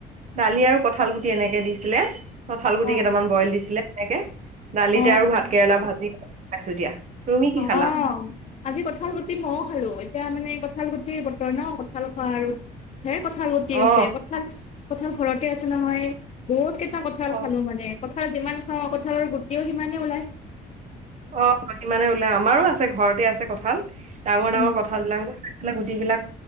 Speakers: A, on the right; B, on the left.
A: দালি আৰু কঁঠাল গুটি এনেকে দিছিলে কঁঠাল গুটি
B: অ
A: কেইটামান বইল দিছিলে এনেকে দালিতে
B: অ
A: আৰু ভাত কেৰেলা ভাজি খাইছো দিয়া। তুমি কি
B: অ',
A: খালা
B: আজি কঁঠাল গুটি ময়ো খালো, এতিয়া মানে কঁঠাল গুটিৰ বতৰ ন' কঁঠাল খোৱা আৰু ধেৰ কঁঠাল গুটি হৈছে,
A: অ
B: কঁঠাল কঁঠাল ঘৰতে আছে নহয় বহুত কে টা কঁঠাল
A: অ
B: খালো মানে, কঁঠাল যিমান খাওঁ, কঁঠালৰ গুটিও সিমানে ওলায়।
A: অ', মানে ওলাই আমাৰো আছে ঘৰতে আছে কঁঠাল ডাঙৰ ডাঙৰ
B: উম
A: কঁঠাল বিলাক মানে গুট বিলাক